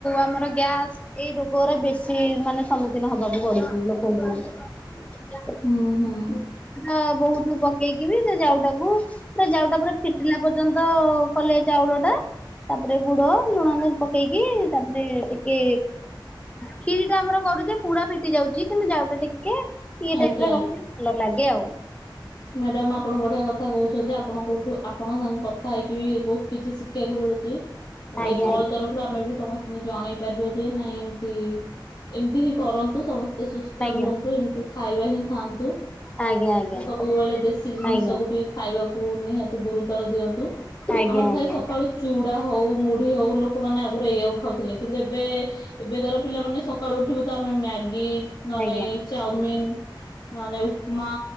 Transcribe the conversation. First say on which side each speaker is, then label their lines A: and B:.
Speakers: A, on the left (about 15°); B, on the left (about 60°).
A: ଆମର ଗ୍ୟାସ୍ ଏଇ ରୋଗ ଗୁରା ବେଶୀ ମାନେ ସମ୍ମୁଖୀନ ହବାକୁ ପଡୁଛି ଲୋକଙ୍କୁ। <unintelligible>
B: ହୁଁ ହୁଁ
A: ପ ବହୁତ୍ ପକେଇକିିବି ସେ ଯାଉଟାକୁ ଯାଉଟା ପୁରା ଫିଟିଲା ପର୍ଯ୍ୟନ୍ତ କ କଲେ ଚାଉଳ ଟା ତାପରେ ଗୁଡ ଲୁଣ ପକେଇକି ତାପରେ ଟିକେ କ୍ଷିରି ଟା ଆମର କ ରୁ ଚେ ପୁରା ଫିଟି ଯାଉଛି କିନ୍ତୁ ଯାଉ ଟା ଟିକେ ଇଏ
B: ଆଜ୍ଞା
A: ଟାଇପ୍ ର ରହିଲେ ଭଲ ଲାଗେ ଆଉ।
B: ମ୍ୟାଡ଼ାମ ଆପଣ ବଢିଆ କଥା କହୁଛନ୍ତି, ଆପଣ କୋଉଠୁ ଆପଣ ସାଙ୍ଗେ କଥା ହେଇକି ବି ବହୁତ କିଛି ଶିଖିବାକୁ ମିଳୁଛି, ତାପରେ
A: ଆଜ୍ଞା
B: ଏଇ କଲ ତରଫରୁ ଆମେ ବି ସମସ୍ତଙ୍କୁ ଜଣେଇ ପାରିବ ଯେ ନାଇଁ ଏମତି ଏମତି ହିଁ କରନ୍ତୁ ସମସ୍ତ ସୁସ୍ଥ
A: ଆଜ୍ଞା
B: ରୁହନ୍ତୁ ଏମିତି ଖାଇବା ହିଁ ଖାଆନ୍ତୁ।
A: ଆଜ୍ଞା ଆଜ୍ଞା।
B: ତ ସବୁବେଳେ ଦେଶୀ ଜିନିଷକୁ
A: ଆଜ୍ଞା
B: ଟିକେ ଖାଇବାକୁ ନିହାତି ଗୁରୁତର ଦିଅନ୍ତୁ।
A: ଆଜ୍ଞା
B: ଆମର ଥାଏ
A: ଆଜ୍ଞା
B: ସକାଳୁ ଚୁଡା ହଉ ମୁଢି ହଉ ଲୋକମାନେ ଆଗରୁ ଏଇଆକୁ ଖାଉଥିଲେ କିନ୍ତୁ ଏବେ ଏବେକାର ପିଲାମାନେ ସକାଳୁ ଉଠିବୁ ତ ଆମେ ମ୍ୟାଗି ନ
A: ଆଜ୍ଞା
B: ନେ ଚାଉମିିନ ନ ନେ ଉପମା